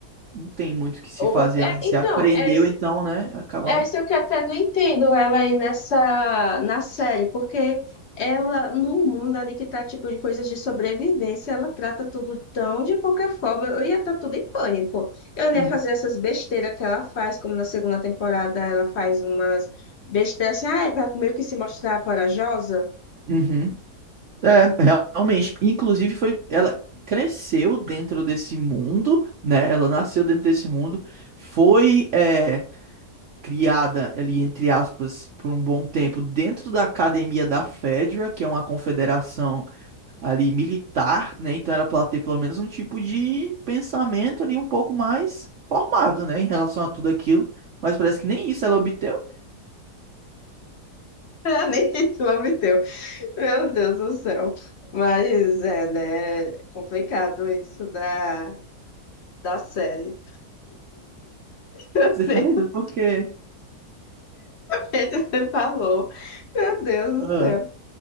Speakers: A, on the right; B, on the left.
A: não tem muito o que se
B: Ou,
A: fazer
B: é,
A: a não
B: então,
A: ser aprendeu,
B: é isso.
A: então, né? Acabamos.
B: É isso que eu até não entendo ela aí nessa na série, porque ela, no mundo ali que tá tipo de coisas de sobrevivência, ela trata tudo tão de qualquer forma. Eu ia estar tudo em pânico. Eu não
A: Uhum.
B: ia fazer essas besteiras que ela faz, como na segunda temporada ela faz umas besteiras assim, ah, é pra meio que se mostrar corajosa. <laughs>
A: Uhum. É, realmente. Inclusive, foi. Ela cresceu dentro desse mundo, né? Ela nasceu dentro desse mundo, foi é, criada ali, entre aspas, por um bom tempo dentro da academia da FEDRA, que é uma confederação ali militar, né? Então era para ela ter pelo menos um tipo de pensamento ali um pouco mais formado, né? Em relação a tudo aquilo. Mas parece que nem isso ela obteve.
B: Ah, nem título me deu. Meu Deus do céu. Mas é, né? Complicado isso da, da série. <laughs>
A: Você tá rindo por quê?
B: que você <laughs> falou. Meu Deus
A: Ah,
B: do céu.